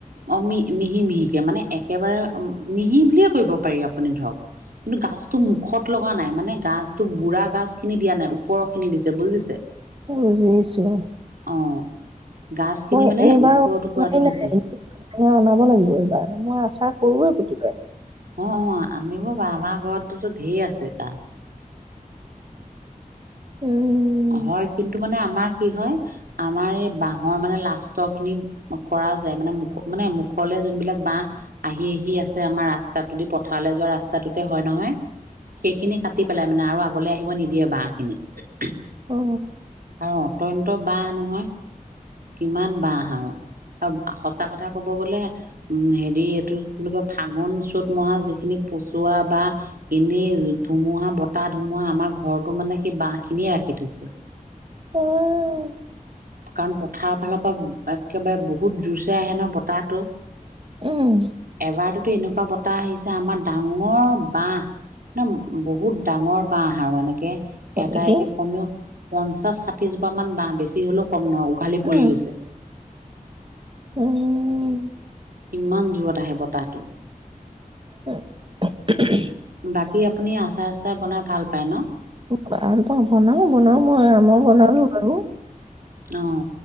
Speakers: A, on the right; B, on the right.
A: আমি মিহি মিহিকে মানে একেবাৰে মিহি বুলিয়ে কৰিব পাৰি আপুনি ধৰক কিন্তু গাছটো মুখত লগা নাই মানে গাছটো বুঢ়া গাছ খিনি দিয়া নাই ওপৰৰ খিনি দিছে বুজিছে
B: বুজিছো
A: অ গাজ খিনি
B: মই
A: মানে
B: এইবাৰ
A: ওপৰৰ টুকুৰাটো
B: নাইা
A: দিছে
B: <inaudible> ব লাগিব এইবাৰ মই আছো সৰুৱে পুতি খায়
A: অ অ আনিব বাৰ আমাৰ ঘৰততো ঢেৰ আছে গাজ
B: উম
A: হয় কিন্তু মানে আমাৰ কি হয় আমাৰ এই বাহৰ মানে লাষ্টৰখিনি কৰা যায় মানে মুখ মানে মুখলে যোনবিলাক বাহ আহি আহি আছে আমাৰ ৰাস্তাদি পথাৰলৈ যোৱা ৰাস্তাটোতে হয় নহয় সেইখিনি কাটি পেলাই মানে আৰু আগলে আহিব নিদিয়ে বাহহ খিনি
B: অ
A: অ তয়ন্ত ব নহয় কিমান বহ আৰু আৰু সঁচা কথা কব গলে উম হেৰি এইটো বুলি কয় ফাগুন চ'ত মহা যিখিনি পচোৱা বা এনেই ধুমুহা বতাহ ধুমুহা আমাৰ ঘৰৰতটো মানে সেই বাহ খিনিয়ে ৰাখি থৈছিল
B: আহ
A: কণ পথাৰ ফালৰ পৰা একেবাৰে বহুত জোৰছে আহে ন বতাহটো
B: উম
A: এবাৰটোতো এনেকুৱা বতাহ আহিছে আমাৰ ডাঙৰ বাহ নে বহুত ডাঙৰ বাহ আৰু এনেকে
B: হয়
A: এটা
B: নেকি
A: একে কমেও পঞ্চা ষষ্ঠী মান বাঁহ বেছি হলেও কম নহয়
B: উম
A: পৰি গৈছে
B: উম।
A: ইমান জূৰত আহে বতাহটো।
B: <unintelligible>
A: বাকী আপুনি আচাৰ চচাৰ বনাই ভাল পায় ন?
B: ভাল পাওঁ, বনাও বনাও মই আমৰ বনালো আৰু।
A: অঁ।